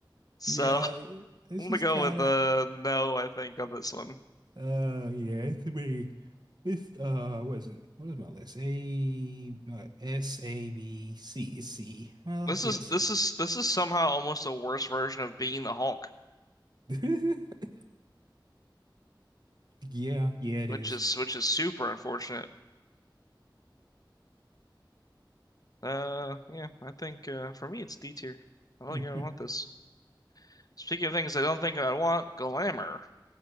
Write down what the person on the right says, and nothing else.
Yeah, it's
just
kind
of
uh yeah, it's pretty it's uh what is it? What is my list? A uh, S A B C it's C. Well,
yeah,
C.
<laughs> Yeah, yeah, it
is.
<laughs>